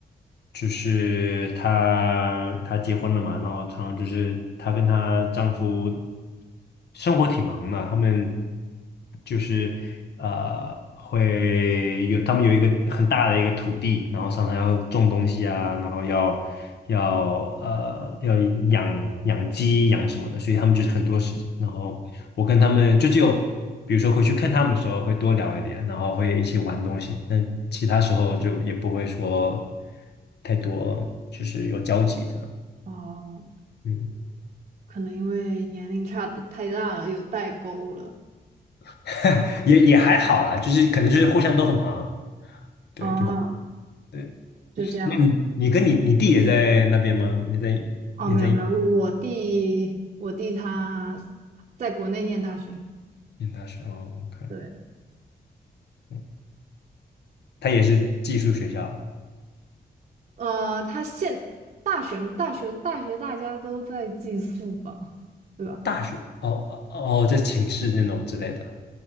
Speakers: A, on the left; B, on the right.
A: 就是她她结婚了嘛，然后常常就是她跟她丈夫生活挺忙的，他们就是呃会有他们有一个很大的一个土地，然后常常要种东西啊，然后要要呃要养养鸡养什么的，所以他们就是很多时间，然后我跟他们就只有。比如说回去看他们的时候会多聊一点，然后会一起玩东西。那其他时候就也不会说。太多就是有交集的，
B: 哦，
A: 嗯，
B: 可能因为年龄差的太大了，有代沟了。
A: <laughs> 也也还好啦，就是可能就是互相都很忙，对，
B: 啊，
A: 就对。
B: 就这样子。
A: 那你你跟你你弟也在那边吗？也在
B: 哦，
A: 也在
B: 没有没有，我弟我弟他在国内念大学，
A: 念大学哦，OK，
B: 对，
A: 嗯，他也是寄宿学校，
B: 呃，他现大学大学大学大家都在寄宿吧，对吧？
A: 大学哦哦，哦在寝室那种之类的，